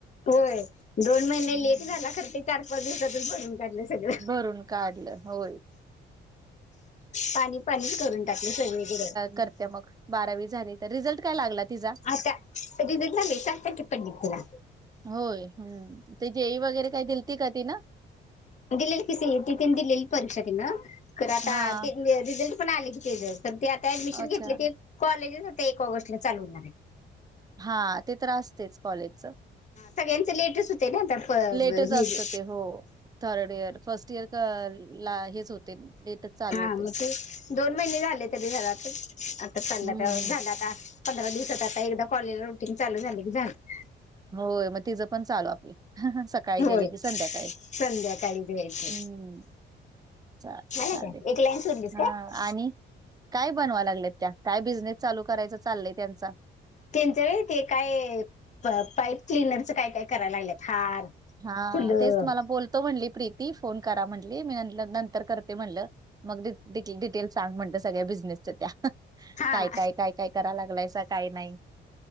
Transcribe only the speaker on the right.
हम्म.
भरून काढलं होय.
करतिया मग. बारावी झाली तर रिझल्ट काय लागला? तिचा?
होय, हं. ते जेई वगैरे काही दिलती का तीनं.
हां.
अच्छा.
हा ते तर असतयच कॉलेजचं.
लेटच
असतं
हो थर्ड इयर फर्स्ट इयर क ला हेच होतय लेटच चालू
होतय.
हं,
हं.
होय मग तिचं पण चालू आपल अ ह सकाळी
गेली कि संध्याकाळी
हम्म. चालतयं
चालतयं
हा
आणि काय बनवाय लागलायतं? आ काय बिझनेस चालू करायचा चाललय त्यांचा.
हा
तेच तुमला बोलतो म्हटली प्रीती फोन करा म्हणली मी नंतर करते म्हणलं. मग डिक डिटेल सांग म्हटलं सगळ्या बिझनेसच्या त्या.
काय काय काय काय कराय लागलायसा काय नाही.